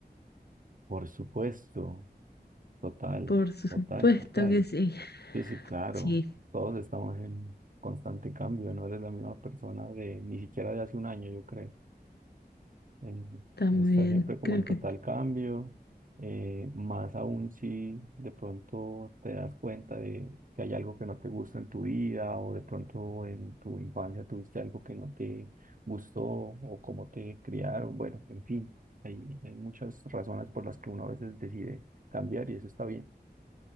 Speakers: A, on the right; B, on the left.
A: Por supuesto, total,
B: Por supuesto
A: total, total.
B: que sí.
A: Sí, sí, claro,
B: Sí,
A: todos estamos en constante cambio, no eres la misma persona de ni siquiera de hace un año, yo creo. eh,
B: está muy
A: está
B: bien.
A: siempre como
B: Creo
A: en
B: que
A: total cambio, eh, más aún si de pronto te das cuenta de que hay algo que no te gusta en tu vida o de pronto en tu infancia tuviste algo que no te gustó o cómo te criaron, bueno, en fin, hay, hay muchas razones por las que uno a veces decide cambiar y eso está bien.